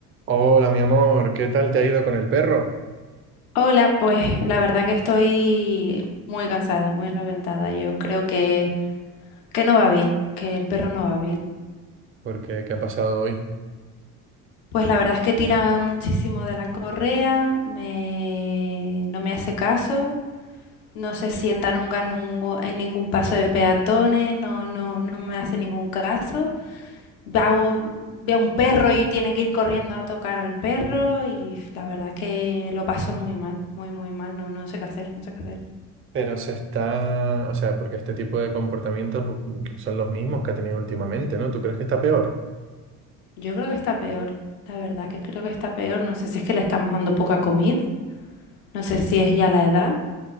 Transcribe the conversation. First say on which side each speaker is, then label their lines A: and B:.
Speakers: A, on the right (about 30°); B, on the left (about 80°).
A: Hola, mi amor, ¿qué tal te ha ido con el perro?
B: Hola, pues la verdad que estoy muy cansada, muy reventada. Yo creo que, que no va bien, que el perro no va bien.
A: Porque, ¿qué ha pasado hoy?
B: Pues la verdad es que tira muchísimo de la correa, me, no me hace caso, no se sienta nunca en, un- en ningún paso de peatones, no, no, no me hace ningún caso. Veo, veo un perro y tiene que ir corriendo a tocar al perro y la verdad que lo paso muy mal, muy, muy mal, no, no sé qué hacer, no sé qué hacer.
A: Pero se está, o sea, porque este tipo de comportamientos mm, son los mismos que ha tenido últimamente, ¿no? ¿Tú crees que está peor?
B: Yo creo que está peor, la verdad que creo que está peor. No sé si es que le estamos dando poca comida, no sé si es ya la edad